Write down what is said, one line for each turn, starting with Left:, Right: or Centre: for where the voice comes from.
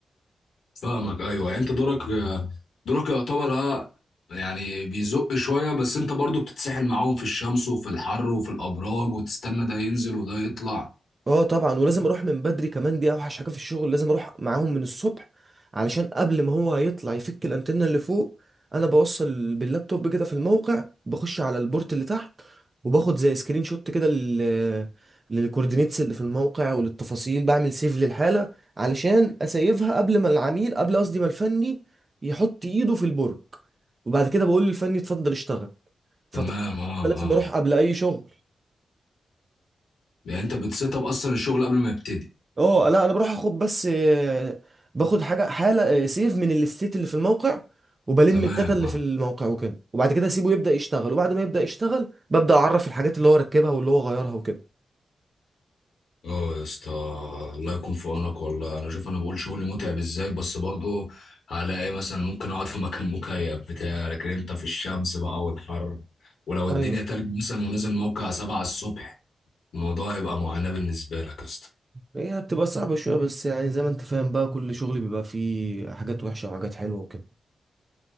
Left: فاهمك ايوه يعني انت دورك آه، دورك يعتبر اه يعني بيزق شوية بس انت برضو بتتسحل معاهم في الشمس وفي الحر وفي الابراج وتستنى ده ينزل وده يطلع
Right: اه طبعا ولازم اروح من بدري كمان دي اوحش حاجه في الشغل لازم اروح معاهم من الصبح علشان قبل ما هو يطلع يفك الانتنه اللي فوق انا بوصل باللابتوب كده في الموقع بخش على البورت اللي تحت وباخد زي سكرين شوت كده لل للكوردينيتس اللي في الموقع وللتفاصيل بعمل سيف للحاله علشان اسيفها قبل ما العميل قبل قصدي ما الفني يحط ايده في البرج وبعد كده بقول للفني اتفضل اشتغل فطبعا
Left: تمام اه
Right: أنا لازم
Left: اه
Right: اروح قبل اي شغل
Left: يعني انت بتسيت اب اصلا الشغل قبل ما يبتدي
Right: اه لا انا بروح اخد بس آه، باخد حاجه حاله آه، سيف من الاستيت اللي في الموقع وبلم
Left: تمام
Right: الداتا اللي
Left: اه
Right: في الموقع وكده وبعد كده اسيبه يبدا يشتغل وبعد ما يبدا يشتغل ببدا اعرف الحاجات اللي هو ركبها واللي هو غيرها وكده
Left: اه يا اسطى الله يكون في عونك والله انا شوف انا بقول شغل متعب ازاي بس برضه هلاقي إيه مثلا ممكن اقعد في مكان مكيف بتاع لكن انت في الشمس بقى والحر ولو الدنيا
Right: ايوه
Left: تلج مثلا ونازل موقع سبعة الصبح الموضوع هيبقى معاناة بالنسبة لك يا اسطى
Right: هي بتبقى صعبه شويه بس يعني زي ما انت فاهم بقى كل شغل بيبقى فيه حاجات وحشه وحاجات حلوه وكده